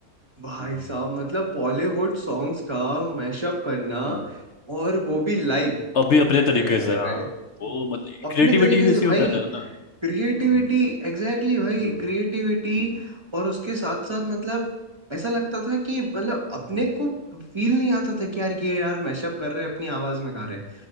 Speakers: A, on the right (about 20°); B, on the left (about 60°).
A: भाई
B: हम्म
A: साहब मतलब बॉलीवुड सॉन्ग्स का मैशअप करना
B: हम्म।
A: और वो भी लाइव
B: अभी अपने
A: हाय
B: तरीके
A: हाय हाय
B: से हाँ
A: हाय
B: वो मतलब
A: अपने
B: क्रिएटिविटी
A: तरीके
B: किसी
A: से
B: को
A: भाई
B: कहते हैं ना
A: क्रिएटिविटी
B: हम्म
A: एग्जैक्टली exactly भाई
B: हम्म
A: क्रिएटिविटी
B: हम्म
A: और उसके साथ साथ मतलब ऐसा लगता था कि मतलब अपने
B: हम्म
A: को फील नहीं आता था कि यार ये यार मैशअप कर रहे हैं अपनी आवाज में गा रहे हैं